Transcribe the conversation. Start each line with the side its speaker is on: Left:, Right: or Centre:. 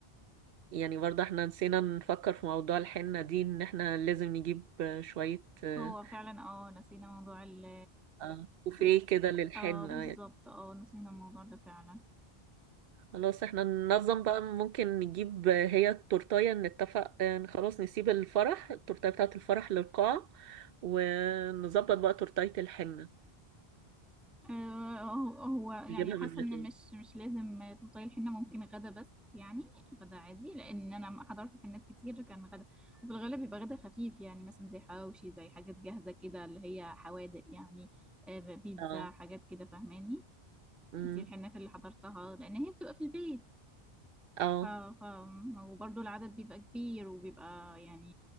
Right: يعني برضه احنا نسينا نفكر في موضوع الحنة دي ان احنا لازم نجيب آه، شوية آه،
Centre: هو فعلا اه نسينا موضوع ال
Right: آه، كوفيه
Centre: ال-
Right: كده للحنة
Centre: اه بالظبط اه نسينا الموضوع ده فعلا
Right: خلاص احنا ننظم بقى ممكن نجيب هي التورتاية نتفق آه، خلاص نسيب الفرح التورتاية بتاعة الفرح للقاعة ونظبط بقى تورتاية الحنة
Centre: آه، هو هو يعني
Right: نجيبها
Centre: حاسه
Right: من مكان
Centre: ان مش مش لازم تبطلي الحنه ممكن غدا بس يعني غدا عادي لان انا حضرت حنات كتير كان غدا وفي الغالب بيبقى غدا خفيف يعني مثلا زي حواوشي زي حاجات جاهزه كده اللي هي حوادق يعني آه، بيتزا
Right: اه
Centre: حاجات كده فاهماني
Right: امم
Centre: دي الحنات اللي حضرتها لان هي بتبقى في البيت
Right: اه
Centre: ف... ف... وبرضه العدد بيبقى كبير وبيبقى يعني